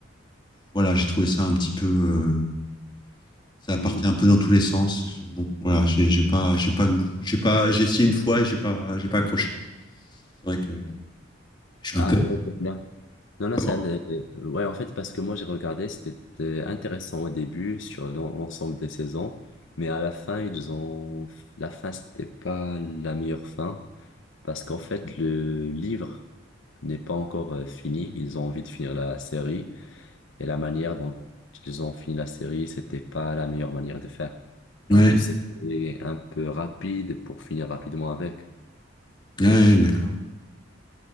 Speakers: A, on the left (about 25°); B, on the left (about 70°).
A: voilà, j'ai trouvé ça un petit peu euh, ça
B: Mhm.
A: partait un peu dans tous les sens. Je- Bon, voilà, j'ai j'ai pas, j'ai pas, j'ai pas, j'ai essayé une fois et j'ai pas, j'ai pas accroché. C'est vrai que je suis
B: Ah,
A: un peu.
B: moi, je veux bien. Non, non,
A: Comment
B: c'est un des- Ouais, en fait, parce que moi, j'ai regardé, c'était euh, intéressant au début sur l'en- l'ensemble des saisons, mais à la fin, ils ont... La fin, c'était pas la meilleure fin, parce qu'en fait, le livre n'est pas encore euh, fini. Ils ont envie de finir la série, et la manière dont ils ont fini la série, c'était pas la meilleure manière de faire.
A: Ouais,
B: Et en plus, c'était un peu rapide pour finir rapidement avec.
A: ouais, d'accord.